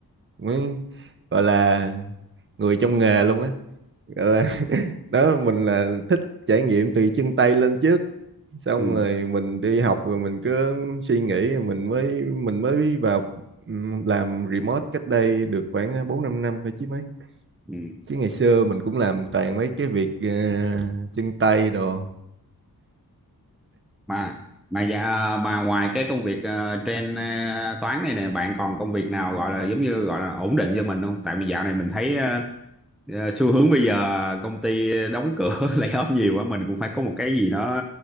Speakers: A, on the right; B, in the centre.
A: mới gọi là người trong nghề luôn á gọi là <laughs> đó mình là thích trải nghiệm từ chân tay lên trước xong
B: ừ,
A: rồi mình đi học rồi mình cứ suy nghĩ rồi mình mới mình mới vào ừ, làm remote cách đây được khoảng ờ, bốn năm năm thôi chứ mấy
B: ừ.
A: chứ ngày xưa mình cũng làm toàn mấy cái việc ờ, chân tay đồ
B: mà mà dạ, mà ngoài cái công việc ờ, trên ờ, toán này nè bạn còn công việc nào gọi là giống như gọi là ổn định cho mình không tại vì dạo này mình thấy ờ, ờ, xu hướng bây giờ công ty đóng cửa <laughs> lay off nhiều quá mình cũng phải có một cái gì nó